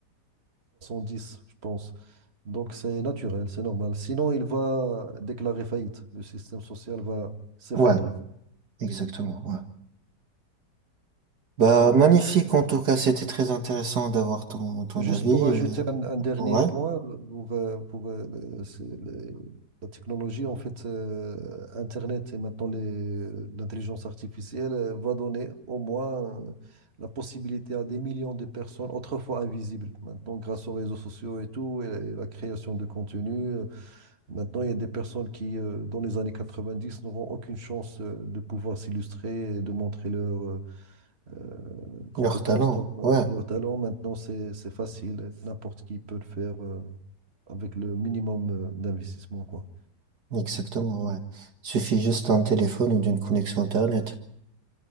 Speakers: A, on the right (about 35°); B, on the right (about 65°).
A: dix je pense. Donc c'est naturel, c'est normal. Sinon, il va déclarer faillite. Le système social va s'effondrer.
B: Ouais, exactement, ouais. Bah,
A: Euh,
B: magnifique,
A: bon.
B: en tout cas, c'était très intéressant d'avoir ton, ton
A: Juste
B: avis,
A: pour ajouter
B: euh,
A: un, un dernier
B: ouais,
A: point, pour, euh, pour, euh, le- c'est le- la technologie, en fait, euh, Internet et maintenant les- l'intelligence artificielle euh, va donner au moins euh, la possibilité à des millions de personnes autrefois invisibles, maintenant grâce aux réseaux sociaux et tout, et, la création de contenu. euh, Maintenant, il y a des personnes qui, euh, dans les années 90, n'auront aucune chance euh, de pouvoir s'illustrer et de montrer leurs euh, euh, compétences,
B: leur talent,
A: donc euh,
B: ouais.
A: leurs talents. Maintenant, c'est, c'est facile. N'importe qui peut le faire euh, avec le minimum euh, d'investissement, quoi.
B: Exactement, ouais. Suffit juste d'un téléphone ou d'une connexion Internet.